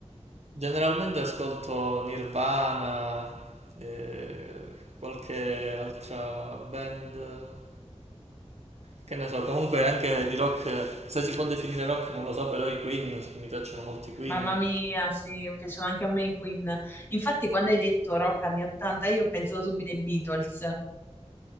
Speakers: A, on the right; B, on the left.
A: Generalmente ascolto Nirvana, eh, qualche altra band, che ne so, comunque anche di rock, se si può definire rock non lo so, però i Queen, mi piacciono molti Queen.
B: Mamma mia, sì, mi piacciono anche a me i Queen. Infatti, quando hai detto rock anni 80, io ho pensato subito ai Beatles.